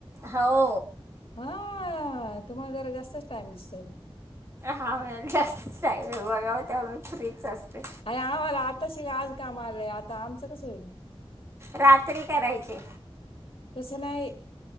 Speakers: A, on the right; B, on the left.
A: हो
B: हा तुम्हाला जरा जास्तच टाइम दिसतोय मग
A: हा मलस् टईम बघाव तेव्हा मी फ्रीच असते
B: अरे आम्हाला आता शिवा आज काम आलंय आता आमचं कस होईल
A: रात्र्री का रयची
B: तसं नाही